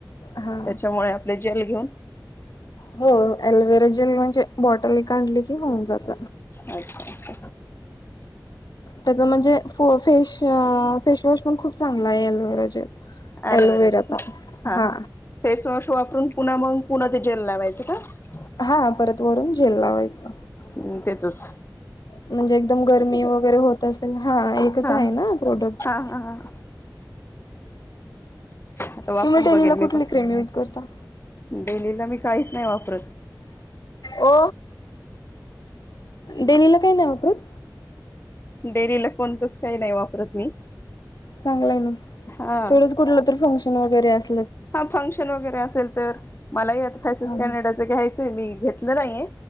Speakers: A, on the left; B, on the left.
A: हा
B: त्याच्यामुळे आपले जेल घेऊन
A: हो अलोवेरा जेल म्हणजे बॉटल एक आणली की होऊन जात
B: अच्छा
A: त्याच म्हणजे फो फेश अ फेशवॉश पण खूप चांगला य. एलोवेरा जेल
B: ॲलोवेराचं
A: एलोवेराचा
B: का हां
A: हा
B: हां फेसवॉश वापरून पुन्हा मग पुन्हा ते जेल लावायचं का?
A: हा परत वरून जेल लावायचं.
B: हम्म तेचच
A: म्हणजे एकदम गरमी वगैरे होत असेल हा एकच
B: हा
A: हाय ना प्रोडक्ट
B: हा
A: <inaudible>
B: हा हा आता वापरून
A: तुम्ही डेलीला
B: बघेल मी
A: कुठली क्रीम युज करता.
B: डेलीला मी काहीच नाय वापरत.
A: ओ डेलीला काय नाय वापरत.
B: डेलीला कोणतंच काही नाही वापरत मी
A: चांगलं आहे ना
B: हा
A: तेवढंच कुठलं तर फंक्शन वगैरे अस
B: हा फंक्शन वगैरे असेल तर मलाही आता फैसेस
A: हा हा
B: कॅनडाचं घ्याय यच मी घेतलं नाय ये